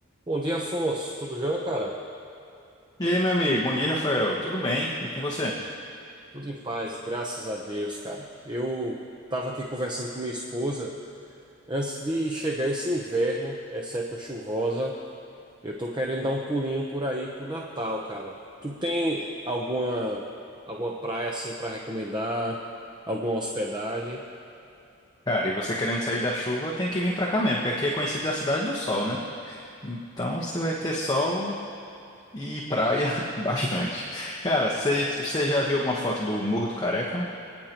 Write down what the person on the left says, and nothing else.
E aí, meu amigo, bom dia, Rafael. Tudo bem? E com você?
Cara, e você querendo sair da chuva, tem que vir pra cá mesmo, porque aqui é conhecido da cidade do sol, né? Então você vai ter sol e praia <laughs> bastante. Cara, você você já viu alguma foto do Morro do Careca?